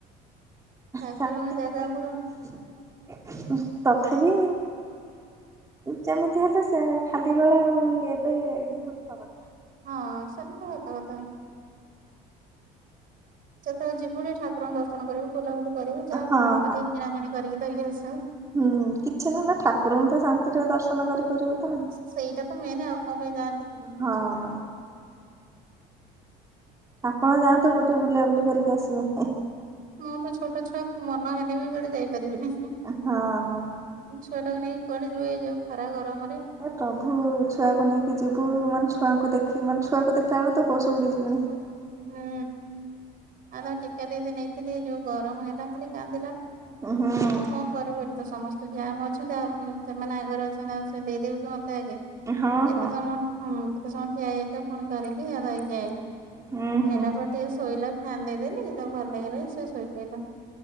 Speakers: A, on the right; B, on the right.
A: ଠାକୁରଙ୍କ
B: ଶାନ୍ତି
A: ଜାଗା
B: ମିଳେ
A: ଉପରୁ
B: ପା ତଥାପି ଯେମିତି ହେଲେ ସେ ଖାଲି ବେଳେ ଆଉ ଏବେ ବହୁତ୍ ଫରକ।
A: ହଁ ସେମିତି ସତ କଥା। ସେତେବେଳେ ଯିବୁ ଟିକେ ଠାକୁଙ୍କୁ ଦର୍ଶନ କରିବୁ ବୁଲାବୁଲି କରିବୁ ଯାହା
B: ହଁ
A: ଭଲ ମନ୍ଦ
B: ହଁ
A: ଟିକେ କିଣାକଣି କରିକି ଧରିକି ଆସିବୁ।
B: ହୁଁ କିଛି ନହେଲେ ଠାକୁରଙ୍କୁ ତ ଶାନ୍ତିରେ ଦର୍ଶନ କରିପାରିବୁ। ତ ନାହିଁ।
A: ସେଇଟା ତ ମେନେ ଆଉ କଣ ପାଇଁ ଯାଆନ୍ତି କି।
B: ହଁ। ଆପଣ ଯାଆନ୍ତୁ ଗୋଟେ ବୁଲା ବୁଲି କରିକି ଆସିବ।
A: ମୋର ତ ଛୋଟ ଛୁଆ ମନ ହେନେ ବି କୁଆଡେ ଯାଇ ପାରିବିନି। ଛୁଆ
B: ହଁ।
A: ଟାକୁ ନେଇକି କୁଆଡେ ଯିବ ଏଇ ଯୋଉ ଖରା ଗରମରେ।
B: ଏ ପ୍ରଭୁ ଛୁଆକୁ ନେଇକି ଯିବୁ ମାନେ ଛୁଆକୁ ଦେଖିବି ମାନେ ଛୁଆକୁ ଦେଖିଲା ବେଳୁ ତ ହୋଷ ଭଡି ଯିବନି।
A: ହୁଁ ଆଉ ନା ଟିକା ଦେଇତେ ନେଇଥିଲି ଯୋଉ ଗରମ ହେଲା ଖାଲି କାନ୍ଦିଲା।
B: ହୁଁ
A: ମୁଁ କଣ କରିବୁ ଏ ତ ସମସ୍ତେ ଯାମ ଅଛି ତା ହୁଁ ସେମାନେ ଆଗରେ ଅଛନ୍ତି ଆଉ ସେ ଦେଇଦେବେ କି ମତେ ଆଗେ।
B: ହଁ
A: ଏତେ
B: ହଁ
A: ସମୟ ହଁ କେତେ ସମୟ ଠିଆ ହୋଇ ହେଇକା ପୁଣି ଧରିକି ଧରିକି ଆଇଲି।
B: ହୁଁ ହୁଁ।
A: ଆଇଲା ପରେ ଟିକେ ଶୋଇଲା ଫ୍ୟାନ୍ ଦେଇଦେଲି ତାକୁ ଭଲ ଲାଗିଲା ଯେ ସେ ଶୋଇପଇଲା।